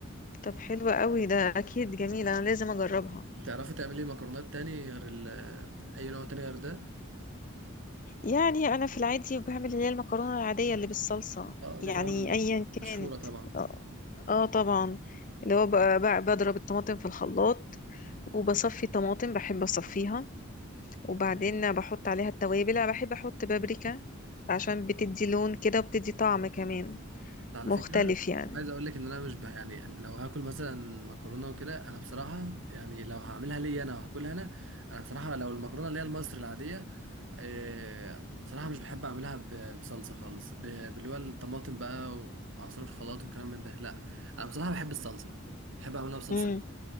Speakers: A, on the left; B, on the right.
A: طب حلوة قوي ده اكيد جميلة انا لازم اجربها
B: تعرفي تعملي مكرونات تاني غير ال أي نوع تاني غير ده؟
A: يعني انا في العادي بعمل اللي هي المكرونة العادية اللي بالصلصة
B: اه
A: يعني
B: دي طبعا
A: ايا
B: مشهورة
A: كانت
B: طبعا
A: اه آه طبعا اللي هو ب- ب- بضرب الطماطم في الخلاط وبصفي طماطم بحب اصفيها وبعدين بحط عليها التوابل انا بحب احط بابريكا عشان بتدي لون كده وبتدي طعم كمان
B: حتى على
A: مختلف
B: فكرة
A: يعني
B: عايز أقول لك إن أنا مش بح يعني لو هاكل مثلا مكرونة وكده أنا بصراحة يعني لو هعملها لي أنا وهاكلها أنا أنا بصراحة لو المكرونة اللي هي المصري العادية آه، بصراحة مش بحب أعملها ب- بصلصة خالص ب- باللي هو الطماطم بقى ومع صوص الخلاط والكلام من ده لأ أنا بصراحة بحب الصلصة بحب أعملها بصلصة
A: مم.
B: أوي.